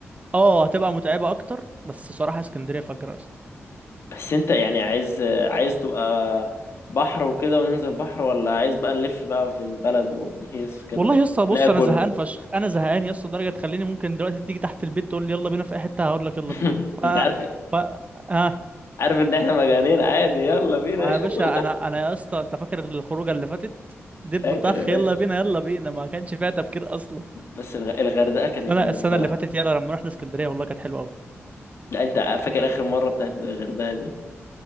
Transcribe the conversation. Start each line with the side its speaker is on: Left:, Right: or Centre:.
Right: اه هتبقى متعبة اكتر بس صراحة اسكندرية فجرة يا اسطى
Left: بس انت يعني عايز عايز تبقى بحر وكده وننزل بحر ولا عايز بقى نلف بقى في البلد ونهيس كده
Right: والله يا اسطى بص
Left: وناكل
Right: انا زهقان فشخ انا زهقان يا اسطى لدرجة تخليني ممكن دلوقتي تيجي تحت البيت تقول لي يلا بينا في اي حتة هقول لك يلا
Left: <laughs>
Right: بينا ف
Left: انت عارف
Right: ف اه
Left: عارف ان احنا مجانين عادي يلا بينا
Right: ما يا باشا
Left: <laughs>
Right: انا انا يا اسطى انت فاكر الخروجة اللي فاتت دب
Left: فاكر
Right: طخ
Left: يا باشا
Right: يلا بينا يلا بينا ما كانش فيها تفكير اصلا
Left: بس الغ- الغردقة كانت
Right: السنة
Left: موت
Right: السنة
Left: صراحة
Right: اللي فاتت يلا لما رحنا اسكندرية والله كانت حلوة قوي
Left: لا انت فاكر اخر مرة بتاعت الغردقة دي